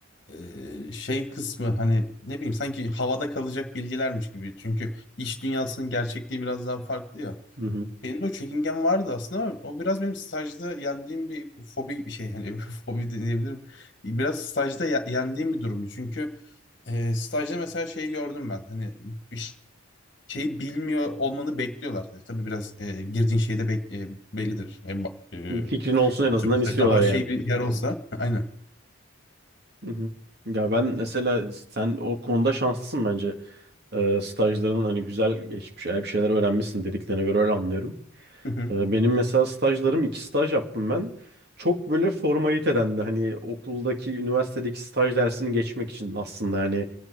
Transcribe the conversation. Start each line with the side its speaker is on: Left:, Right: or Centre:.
Left: eee, şey kısmı hani ne bileyim sanki havada kalacak bilgilermiş gibi çünkü iş dünyasının gerçekliği biraz daha farklı ya.
Right: Hı hı.
Left: Benim de o çekingen vardı aslında ama o biraz benim stajda yendiğim bir fobi bir şey hani <laughs> fobi diyebilirim. Biraz stajda ye- yendiğim bir durumdu çünkü e, stajda mesela şeyi gördüm ben. Hani bir ş- şeyi bilmiyor olmanı bekliyorlardı. Tabii biraz e, girdiğin şeyde bek e, bellidir. E, ba- e,
Right: Bir fikrin olsun en azından
Left: atıyorum mesela
Right: istiyorlar
Left: daha şey
Right: yani.
Left: bir yer olsa. <laughs> Aynen.
Right: Hı hı. Ya ben mesela sen o konuda şanslısın bence. Ee, stajların hani güzel geçmiş, eğer bir şeyler öğrenmişsin dediklerine göre öyle anlıyorum.
Left: Hı hı.
Right: Ee, Benim mesela stajlarım iki staj yaptım ben. Çok böyle formaliteden de hani okuldaki üniversitedeki staj dersini geçmek için aslında yani